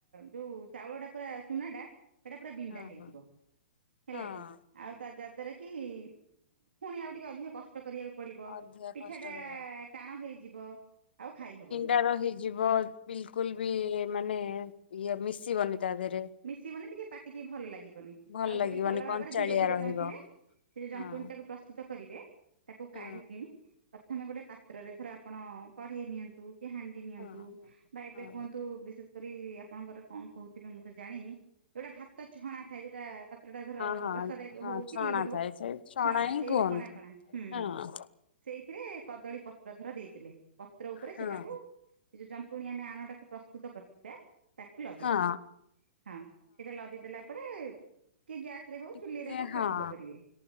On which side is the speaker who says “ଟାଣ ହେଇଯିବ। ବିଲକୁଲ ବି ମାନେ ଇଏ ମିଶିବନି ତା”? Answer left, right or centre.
Left